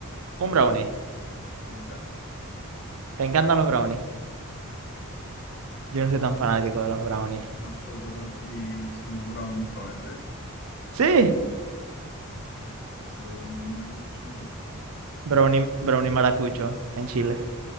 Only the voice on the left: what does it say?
me encanta.
Nosotros aquí hicimos brownie para vender.
Lo que hace Mario son buenísimos.